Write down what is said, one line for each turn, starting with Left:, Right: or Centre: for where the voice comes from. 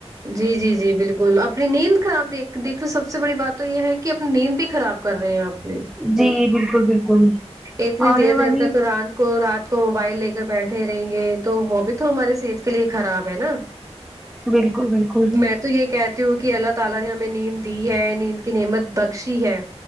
Right: جی جی جی بالکل اپنی نیند خراب د دیک دیک سب سے بڑی بات تو یہ ہے کہ اپنی نیند بھی خراب کر رہے ہیں اپنے
Centre: جی بالکل بالکل
Right: اتنی
Centre: آنے
Right: دیر
Centre: والی
Right: دیر تک رات کو رات کو موبائل لے کر بیٹھے رہیں گے تو وہ بھی تو ہماری صحت کے لیے خراب ہے نا
Centre: بالکل بالکل
Right: میں تو یہ کہتی ہوں کہ اللہ تعالی نے ہمیں نیند دی ہے نیند کی نعمت بخشی ہے